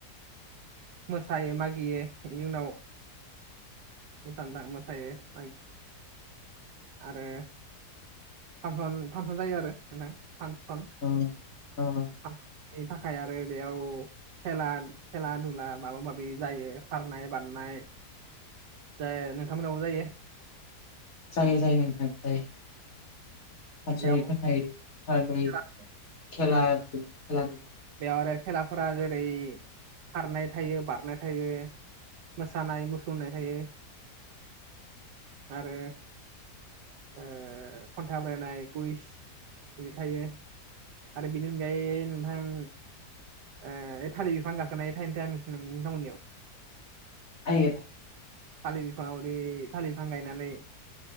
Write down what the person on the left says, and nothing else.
उम‌ उम
जायो जायो नोंथां जायो फानसननि
थाखाय सानै
खेला
दुलानि
<unintelligible>